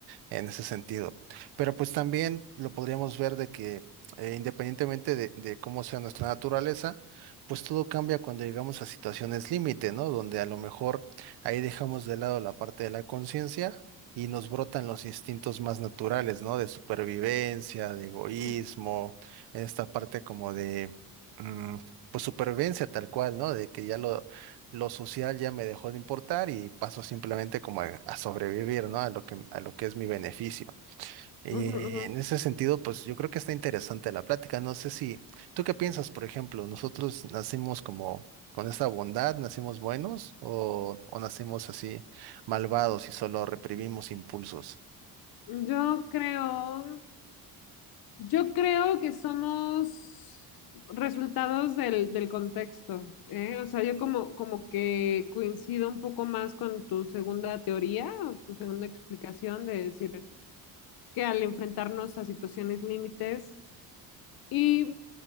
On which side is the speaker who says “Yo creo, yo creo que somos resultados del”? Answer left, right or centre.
Left